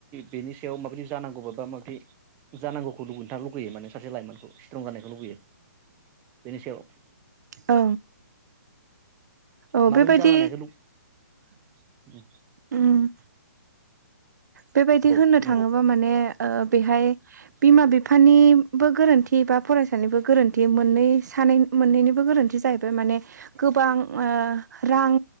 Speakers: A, on the right (about 20°); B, on the right (about 75°).
A: बेनि सायाव माबायदि जानांगौबा माबा माबि जानांगौखौ नोंथाङा लुगैयो? माने सासे लाइमोनखौ स्ट्रं जानायखौ लुुगैयो? बेनि सायाव
B: औ। औ
A: माबायदि
B: बेबायदि
A: जाजानायखौ लु
B: ओम। बेबायदि
A: औ
B: होननो
A: नंगौ
B: थाङोबा माने ओ बेहाय बिमा बिफानिबो गोरोन्थि बा फरायसानिबो गोरोन्थि मोननै सानै मोननैनिबो बो गोरोन्थि जाहैबाय माने गोबां ओ रां